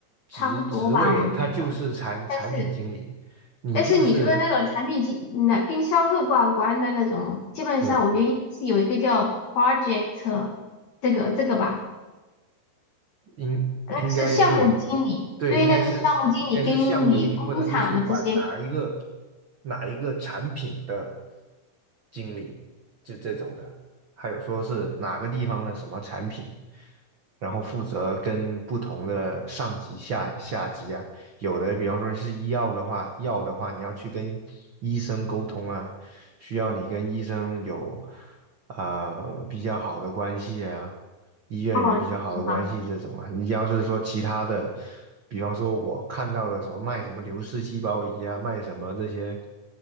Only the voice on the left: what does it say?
差不多吧，我觉得。
但是，
但是你说的那种产品经，那跟销售挂关的那种，基本上我觉得应该是有一个叫
project 这个这个吧。
那个是项目经理，
对，
那个是项目经理跟你工厂的这些
哦，好，